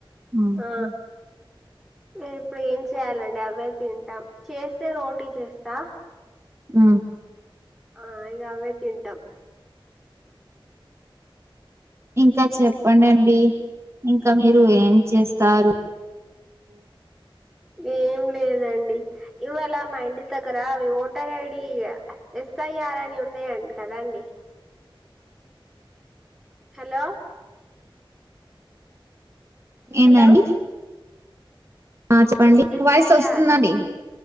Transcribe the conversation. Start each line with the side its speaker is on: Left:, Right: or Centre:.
Right: ఉహు
Centre: ఆ ఇప్పుడు ఏం చేయాలండి అవే తింటాం చేస్తే రోటీ చేస్తా
Right: ఆ
Centre: ఆ ఇంగ అవే తింటాం
Right: ఇంకా చెప్పండండి ఇంకా మీరు ఏం చేస్తారు
Centre: ఏం లేదండి ఇవాల మా ఇంటి దగ్గర అవి ఓటర్ ఐడి ఎస్ఐఆర్ అని ఉన్నాయంట కదా అండి హలో
Right: ఏందండి
Centre: హలో
Right: ఆ చెప్పండి
Centre: ఎస్ఐఆర్
Right: వాయిస్ వస్తుందండి